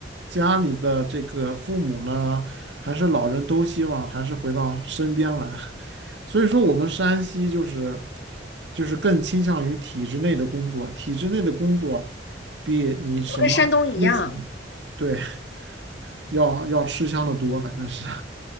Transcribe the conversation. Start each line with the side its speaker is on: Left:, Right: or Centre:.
Right: 家里的这个父母呢，还是老人都希望还是回到身边来，<laughs> 所以说我们山西就是就是更倾向于体制内的工作，体制内的工作比你什么私企，
Left: 就跟山东一样。
Right: 对，要要吃香的多，反正是，<laughs>